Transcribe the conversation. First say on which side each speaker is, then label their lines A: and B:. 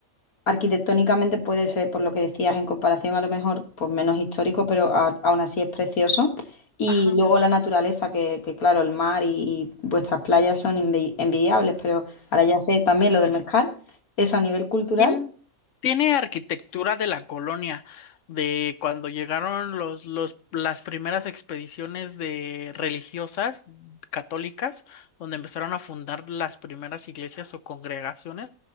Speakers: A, on the left; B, on the left.
A: arquitectónicamente puede ser, por lo que decías, en comparación a lo mejor, pues menos histórico, pero a- aún así es precioso. Y
B: ajá.
A: luego la naturaleza, que, que claro, el mar y, y vuestras playas son envi- envidiables, pero ahora ya sé también
B: sí.
A: lo del mezcal, eso a nivel cultural.
B: Tien- Tiene arquitectura de la colonia, de cuando llegaron los, los, las primeras expediciones de religiosas católicas, donde empezaron a fundar las primeras iglesias o congregaciones